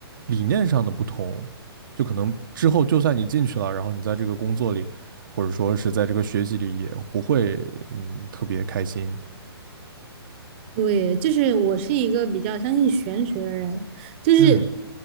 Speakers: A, on the right (about 50°); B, on the right (about 25°).
A: 理念上的不同，就可能之后就算你进去了，然后你在这个工作里，或者说是在这个学习里也不会嗯特别开心。
B: 对，就是我是一个比较相信玄学的人，就是
A: 嗯